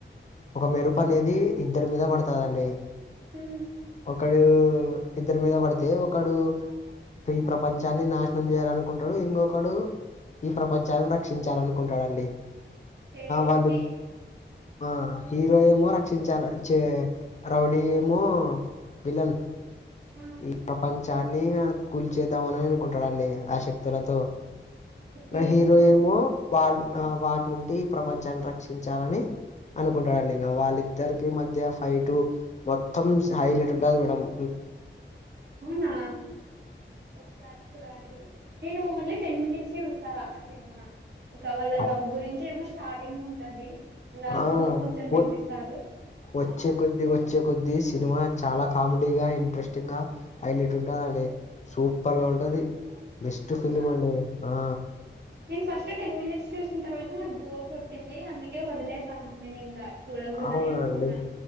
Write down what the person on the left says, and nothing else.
ఒక మెరుపు అనేది ఇద్దరి మీద పడుతదండి.
ఒకడు ఇద్దరి మీద పడితే ఒకడు ఈ ప్రపంచాన్ని నాశనం చేయాలనుకుంటాడు. ఇంకొకడు, ఈ ప్రపంచాన్ని రక్షించాలనుకుంటాడండి.
వాళ్ళ
ఆ హీరో ఏమో రక్షించాలి. చే రౌడీ ఏమో విలన్
ఈ ప్రపంచాన్ని కూల్ చేద్దామని అనుకుంటాడండి. ఆశక్తి తలతో,
నా హీరో
ఏమో వాడి వాడి నుండి ప్రపంచాన్ని రక్షించాలని, అనుకుంటాడండి. ఇంక, వాళ్ళిద్దరికి మధ్య ఫైటు మొత్తం హైలైట్ ఉంటది. మేడమ్
హై-
ఆ
వ
వచ్చే కొద్దిీ వచ్చే కొద్దీ సినిమా చాలా కామెడీ గా ఇంట్రెస్టింగ్ గా హైలైట్ ఉంటదండి. సూపర్ గా ఉంటది. బెస్ట్
ఫిలిం అండి ఆ
అవునండి